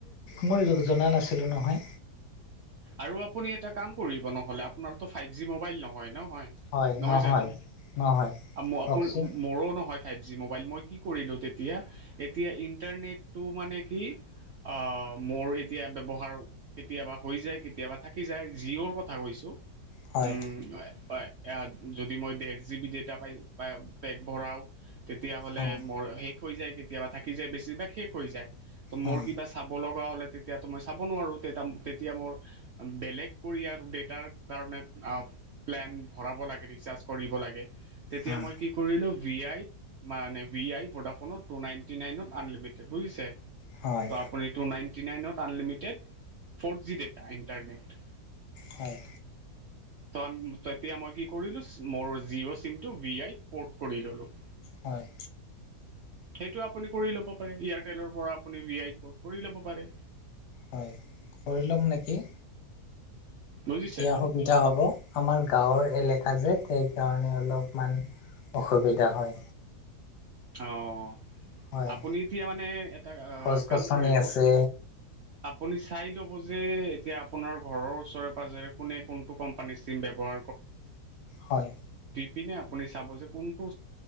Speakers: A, on the left; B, on the right.
A: মই জনা নাছিলো নহয়।
B: আৰু আপুনি এটা কাম কৰিব নহলে আপোনাৰ ফাইভ জি মবাইল নহয় নহ নহয়
A: হয়
B: জানো?
A: নহয়
B: <unintelligible>
A: কওকচোন
B: মোৰো নহয় ফাইবজি মোবাইল মই কি কৰিলোঁ তেতিয়া। এতিয়া ইণ্টাৰনেট টো এতিয়া মানে কি অহ মোৰ এতিয়া ব্য্ৱহাৰ কেতিয়াবা হৈ যায় কেতিয়াবা থাকি যায় যিৰ কথা কৈছো।
A: হয়
B: উম হয় হয় যদি মই জিপিটি ভৰাও তেতিয়াা হ'লে
A: উম
B: মোৰ হৈ যায় কেতিয়াবা থাকি যায় বেছিভাগ শেষ হৈ যায় ত' মোৰ
A: উম
B: কিবা চাব লগা। কিবা হ'লে মই চাব নোৱাৰো তেতিয়া মোৰ বেলেগ কৰি আৰু তেতিয়া কাৰণে অ' প্লেন ভৰাব লাগে ৰিচাৰজ কৰিব লাগে তেতিয়া
A: উম
B: মই কি কৰিলো ভি আইত মানে ভি আই প্ৰডাকশনত টু নাইনটি নাইনত আনলিমিটেড বুজিছে। ত'
A: হয়
B: আপুনি টু নাইনটি নাইনত unlimited four G data internet
A: হয়
B: ত তেতিয়া মই কি কৰিলো মোৰ জিঅ' চিমটো ভ আই পৰ্ট কৰি ললো
A: হয়।
B: সেইটো আপুনি কৰি ল'ব পাৰে এয়াৰটেলৰ পৰা আপুনি ভি আই কৰি ল'ব পাৰে
A: হয় কৰি ল'ম নেকি?
B: বুজিছে।
A: এতিয়া সুবিধা হব আমাৰ গাঁৱৰ এলেকা কাজে সেইকাৰণে অলপমান অসুবিধা হয়।
B: অ'
A: হয়
B: আপুনি এতিয়া মানে এটা
A: গছ
B: কাম
A: গছনি
B: কৰিব।
A: আছে
B: আপুনি চাই লব যে এতিয়া আপোনাৰ ঘৰৰ ওচৰে পাজৰে কোনে কোনটো কোম্পানীৰ চিম ব্যবহাৰ
A: হয়
B: পিনে আপুনি চাব যে কোনটো